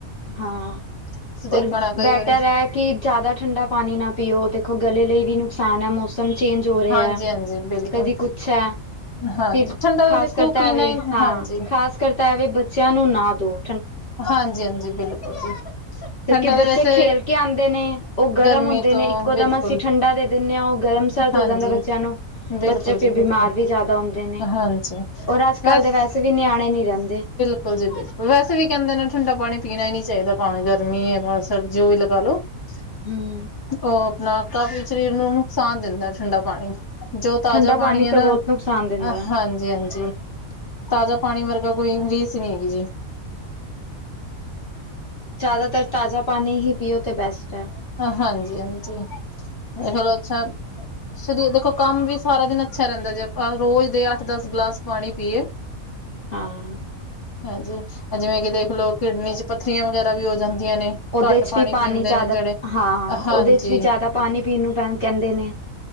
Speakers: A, on the left; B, on the left.
A: ਹਾਂ,
B: ਤੁਸੀਂ ਦੇਖਿਆ
A: ਔਰ
B: ਹੋਣਾ ਕਈ
A: ਬੈਟਰ
B: ਵਾਰੀ
A: ਐ ਕਿ ਜ਼ਾਦਾ ਠੰਡਾ ਪਾਣੀ ਨਾ ਪੀਓ, ਦੇਖੋ ਗਲੇ ਲਈ ਵੀ ਨੁਕਸਾਨ ਐ ਮੋਸ ਮ, ਚੇਂਜ ਹੋ ਰੇਆ,
B: ਹਾਂਜੀ ਹਾਂਜੀ ਬਿਲਕੁਲ
A: ਕਦੀ ਕੁਛ ਐ।
B: ਹਾਂਜੀ
A: ਫਿਰ
B: ਠੰਡਾ
A: ਖ਼ਾਸ
B: ਤਾਂ ਦੇਖੋ
A: ਕਰਤਾ
B: ਪੀਣਾ
A: ਆਵੇ
B: ਹੀ
A: ਹਾਂ,
B: ਹਾਂਜੀ
A: ਖ਼ਾਸ ਕਰਤਾ ਆਵੇ ਬੱਚਿਆਂ ਨੂੰ ਨਾ ਦਓ।
B: ਹਾਂਜੀ-ਹਾਂਜੀ ਬਿਲਕੁਲ ਜੀ। ਠੰਡਾ
A: ਕਿਓਕਿ
B: ਦੇ
A: ਬੱਚੇ
B: ਵੈਸੇ
A: ਖੇਲ ਕੇ ਆਂਦੇ ਨੇ, ਓ ਗਰਮ
B: ਗਰਮੀ
A: ਹੁੰਦੇ
B: ਤੋਂ
A: ਨੇ ਇੱਕੋ
B: ਬਿਲਕੁਲ
A: ਦਮ ਅਸੀਂ ਠੰਡਾ ਦੇ ਦਿੰਦੇ ਆ, ਓਹ ਗਰਮ -ਸਰਦ
B: ਹਾਂਜੀ
A: ਹੋ ਜਾਂਦਾ ਬੱਚੇਆਂ ਨੂੰ,
B: ਬਿਲਕੁਲ
A: ਬੱਚੇ ਫੇਰ
B: ਜੀ ਬਿਲਕੁਲ
A: ਬਿਮਾਰ ਵੀ ਜ਼ਾਦਾ ਹੁੰਦੇ ਨੇ।
B: ਹਾਂਜੀ।
A: ਔਰ- ਅੱਜ-ਕੱਲ੍ਹ
B: ਬਸ
A: ਦੇ ਵੈਸੇ ਵੀ ਨਿਆਣੇ ਨੀ ਰੇਂਦੇ।
B: ਬਿਲਕੁਲ ਜੀ- ਬਿਲਕੁਲ ਵੈਸੇ ਵੀ ਕੇਂਦੇ ਨੇ ਠੰਡਾ ਪਾਣੀ -ਪੀਣਾ ਨਈ ਚਾਈਦਾ, ਭਾਵੇ ਗਰਮੀ ਹੈ ਭਾ ਸਰ ਜੋ ਵੀ ਲਗਾ ਲੋ। <inaudible>
A: ਹਮ।
B: ਓ ਆਪਣਾ ਕਾਫ਼ੀ ਸਰੀਰ ਨੂੰ ਨੁਕਸਾਨ ਦਿੰਦਾ ਠੰਡਾ ਪਾਣੀ। ਜੋ ਤਾਜ਼ਾ
A: ਠੰਡਾ
B: ਪਾਣੀ ਐ
A: ਤਾਂ
B: ਨਾ,
A: ਬਹੁਤ ਨੁਕਸਾਨ ਦਿੰਦਾ
B: ਹਾਂਜੀ। ਜੀ ਹਾਂਜੀ, ਤਾਜ਼ਾ ਪਾਣੀ ਵਰਗਾ ਕੋਈ ਰੀਸ ਨਈ ਹੈਗੀ ਜੀ।
A: ਜ਼ਾਦਾਤਰ ਤਾਜ਼ਾ ਪਾਣੀ ਹੀ ਪੀਓ ਤੇ ਬੈਸਟ ਐ।
B: ਹਾਂਜੀ-ਹਾਂਜੀ, ਹੋਰ ਅੱਛਾ ਸਰੀਰ ਦੇਖੋ ਕੰਮ ਵੀ ਸਾਰਾ ਦਿਨ ਅੱਛਾ ਰੇਂਦਾ, ਜੇ ਆਪਾਂ ਰੋਜ਼ ਦੇ ਅੱਠ- ਦਸ ਗਲਾਸ ਪਾਣੀ ਪੀਏ। <inaudible>
A: ਹਾਂ।
B: ਹਾਂਜੀ, ਜਿਵੇਂ ਕਿ ਦੇਖ ਲਓ ਕਿਡਨੀ ਚ' ਪੱਥਰੀਆਂ ਵਗੈਰਾ ਵੀ ਹੋ ਜਾਂਦੀਆਂ ਨੇ।
A: ਓਦੇ
B: ਘੱਟ
A: ਚ' ਵੀ ਪਾਣੀ
B: ਪੀਂਦੇ
A: ਜ਼ਾਦਾ
B: ਨੇ ਜਿਹੜੇ
A: ਹਾਂ,
B: ਹਾਂਜੀ
A: ਓਦੇ ਚ' ਵੀ ਜ਼ਾਦਾ ਪਾਣੀ- ਪੀਣ ਨੂੰ ਪੈ ਕੈਂਦੇ ਨੇ।